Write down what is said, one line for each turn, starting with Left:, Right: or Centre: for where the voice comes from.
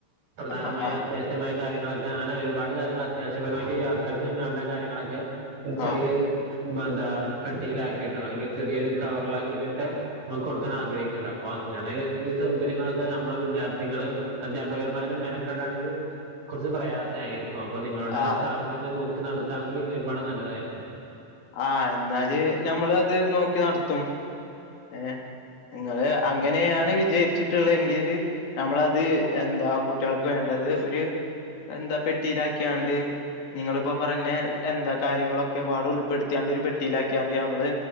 Right: പ്രധാനമായും
Left: ആഹ് ആഹ്
Right: അത്യാവശ്യമായ കാര്യങ്ങളൊക്കെ അങ്ങനെ ഒരുപാട് കാര്യങ്ങള് അത്യാവശ്യപരമായിട്ട് യാത്രക്ക് വേണ്ട കാര്യങ്ങളൊക്കേ ഒരു
Left: ആഹ്
Right: ചറിയ ഒരു ബന്താ പെട്ടിയിലാക്ക് യിട്ടോ അല്ലെങ്കി ചെറിയൊരുകവർലാക്കിയിട്ടോ ഒക്കെ നമുക്ക് കൊടുക്കാൻ ആഗ്രഹിക്ക്ണ്ട് അപ്പൊ അങ്ങനെ ഈ സൗകര്യങ്ങളൊ നമ്മള് വിദ്യാർത്ഥികളും അധ്യാപകന്മാരും മെനക്കാടാണെങ്കി കൊർച്ച് പ്രയാസയിരി ക്കും അപ്പൊ നിങ്ങളുടെ
Left: ആഹ്
Right: സ്ഥാപനതേ നോക്കി നടത്താണെങ്കി ഒരുപാട് നല്ലതായിരിക്കും
Left: ആഹ് എന്നാല് ഞമ്മള് അത് നോക്കി നടത്തും ഏഹ് നിങ്ങള് അങ്ങനെയാണ് വിജയ ച്ചിട്ട്ള്ളെങ്കില് നമ്മളത് എന്താ കുട്ടികൾക്ക് വേണ്ടത് ഒരു എന്താ പെട്ടിയിലാക്കിയാണ്ട് നിങ്ങളിപ്പോ പറഞ്ഞ എന്താ കാര്യങ്ങളൊക്കെ പാട് ഉൾ പ്പെടുത്തിയാണ്ട് ഒരു പെട്ടിയിലാക്കിയാണ്ട് നമ്മള്